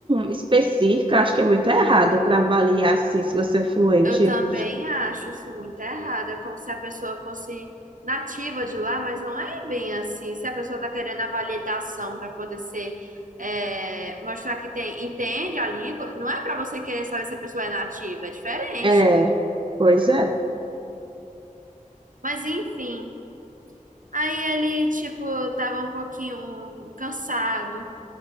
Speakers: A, on the right (about 35°); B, on the right (about 70°).
A: específicas, acho que é muito errado para avaliar assim, se você é fluente.
B: Eu também acho isso muito errado. É como se a pessoa fosse nativa de lá, mas não é bem assim. Se a pessoa está querendo a validação para poder ser, é, mostrar que tem, entende a língua, não é para você querer saber se a pessoa é nativa, é diferente.
A: É, pois é.
B: Mas enfim. Aí ele, tipo, tava um pouquinho cansado.